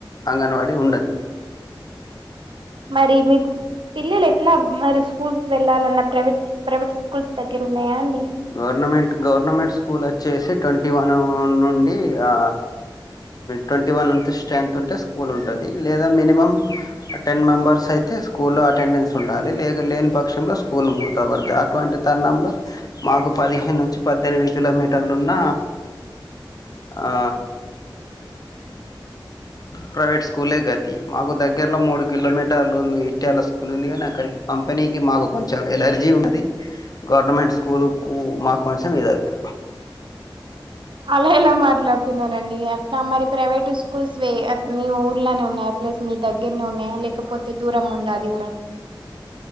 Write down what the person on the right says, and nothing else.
మరి మీ పిల్లలు ఎట్లా మరి స్కూల్ వెళ్లాలన్న ప్రైవేట్ ప్రైవేట్ స్కూల్స్ దగ్గర ఉన్నాయా అండి
<inaudible> అలా ఇలా మాట్లాడుతున్నారండి అట్లా మరి ప్రైవేటు స్కూల్స్ వే మీ ఊర్లనే ఉన్నాయ ప్లస్ మీ దగ్గర్నే ఉన్నాయా లేకపోతే దూరం ఉంద అది కూడా